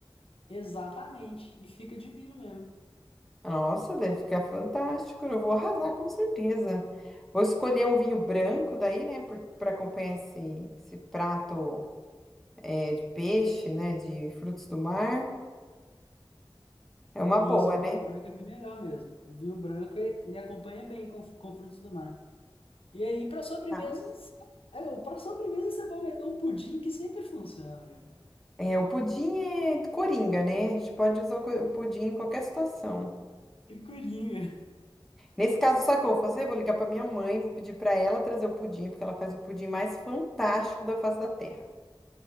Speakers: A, on the left; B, in the centre.
A: Exatamente. E fica divino mesmo.
B: Nossa, deve ficar fantástico. Eu vou arrasar com certeza. Vou escolher um vinho branco daí, né, para acompanhar esse, esse prato é, de peixe, né, de frutos do mar. É uma
A: E
B: boa,
A: isso, o vinho
B: né?
A: branco é bem melhor mesmo. O vinho branco, e- ele acompanha bem com, com frutos do mar. E aí, para sobremesas,
B: Tá?
A: para sobremesa você pode meter um pudim que sempre funciona, cara.
B: É, o pudim é coringa, né? A gente pode usar o co- o pudim em qualquer situação.
A: Que coringa.
B: Nesse caso, sabe o que eu vou fazer? Vou ligar para minha mãe, vou pedir para ela trazer o pudim, porque ela faz o pudim mais fantástico da face da terra.